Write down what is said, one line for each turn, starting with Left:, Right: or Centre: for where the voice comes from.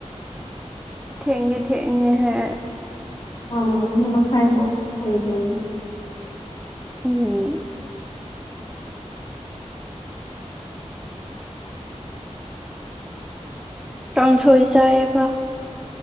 Centre: ꯊꯦꯡꯗꯤ ꯊꯦꯡꯉꯤ ꯍꯦ
Left: ꯑ ꯑꯅꯤ ꯃꯈꯥꯏꯕꯥꯎ ꯑꯣꯏꯒ꯭ꯔꯅꯤ
Centre: ꯎꯝ ꯀꯥꯡꯁꯣꯏ ꯆꯥꯏꯑꯦꯕ